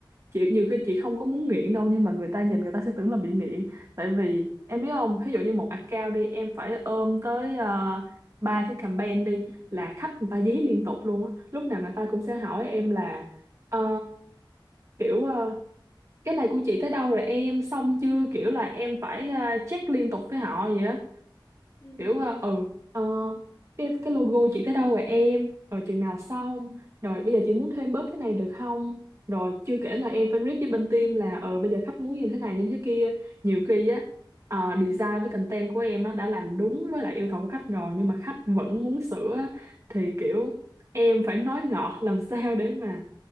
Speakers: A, on the right (about 35°); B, on the left (about 30°).
A: chị nhiều khi chị không có muốn nghiện đâu nhưng mà người ta nhìn người ta sẽ tưởng là bị nghiện tại vì em biết không ví dụ như một account đi em phải ôm tới ờ, ba cái campaign đi là khách người ta dí
B: ừ
A: liên tục luôn á lúc nào người ta cũng sẽ hỏi em là ờ, kiểu ờ, cái này của chị tới đâu rồi em xong chưa kiểu là em phải ờ, check liên tục với họ vậy á
B: ừ ừ,
A: kiểu ờ, ừ ờ, cái cái logo chị tới đâu rồi em rồi chừng nào xong rồi bây giờ chị muốn thêm bớt cái này được không rồi chưa kể
B: ừ.
A: là em phải rep với bên team là ờ bây giờ khách muốn như thế này như thế kia nhiều khi á ờ, design với content của em á đã làm đúng với lại yêu cầu của khách rồi nhưng mà khách vẫn muốn sửa á, thì kiểu em phải nói ngọt làm sao để mà